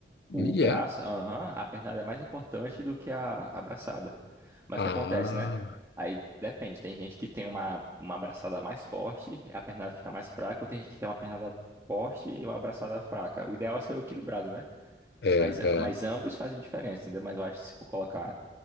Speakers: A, on the right; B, on the left.
A: O
B: E
A: braço,
B: é.
A: aham, a pernada é mais importante do que a a braçada. Mas
B: Ah,
A: o que acontece, né? Aí depende, tem gente que tem uma, uma abraçada mais forte, a pernada fica mais fraca, ou tem gente que tem uma pernada forte e uma abraçada fraca. O ideal é ser equilibrado, né?
B: é.
A: Mas, a-
B: é.
A: mas ambos fazem diferença, entendeu? Mas eu acho que se for colocar